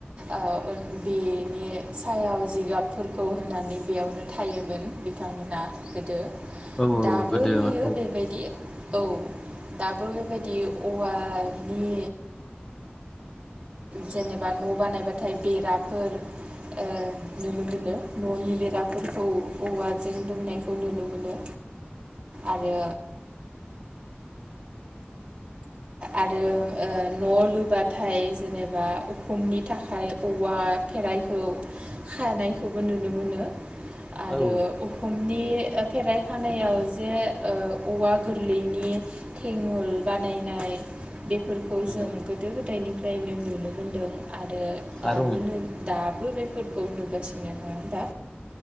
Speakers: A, on the right; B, on the left.
A: ओ बिनि सायाव जिगाब खौ होननानै बेयावनो थायोमोन बिथांमोनहा गोदो
B: औ
A: दाबो
B: गोदो
A: होयो
B: औ
A: बेबायदि औ दाबो बेबायदि औवानि जेनेबा न' बानायबाथाय बेराफोर ओ नुनो मोनो न'नि बेराफोरखौ औवाजों दुमनायखौ नुनो मोनो आरो आरो न' लुबाथाय जेनेबा उखुमनि थाखाय औवा फेराइखौ खानायखौबो नुनो मोनो आरो
B: औ
A: उखुमनि फेराइ खानायाव जे औवा गोरलैनि थेवल बानायनाय बेफोरखौ
B: नंगौ
A: जों गोदो गोदायनि फ्रायनो नुनो मोन्दों आरो दाबोनो
B: आरं
A: दाबो बे फोरखौ नुगासिनो ना दा